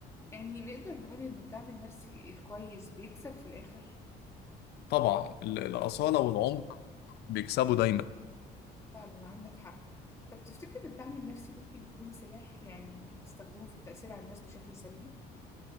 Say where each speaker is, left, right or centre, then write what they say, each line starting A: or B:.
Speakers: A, on the left; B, on the left.
A: يعني نقدر نقول إن الدعم النفسي الكويس بيكسب في الآخر
B: طبعا ال- الأصالة والعمق بيكسبوا دايما
A: فعلا عندك حق طب تفتكر الدعم النفسي ممكن يكون سلاح يعني استخدمه في التأثير على الناس بشكل سلبي